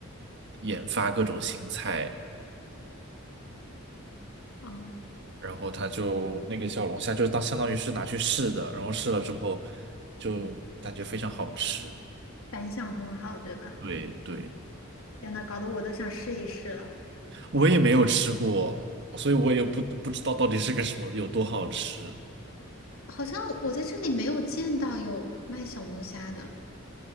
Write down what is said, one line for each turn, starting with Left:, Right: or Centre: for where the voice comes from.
Right: 研发各种新菜，
Left: 哦，
Right: 然后他就那个小龙虾就当相当于是拿去试的，然后试了之后就感觉非常好吃。
Left: 反响很好，对吧？
Right: 对对，
Left: 天呐，搞得我都想试一试了。
Right: 我也没有吃过，所以我也不不知道到底是个什么，有多好吃。
Left: 好像我在这里没有见到有卖小龙虾的。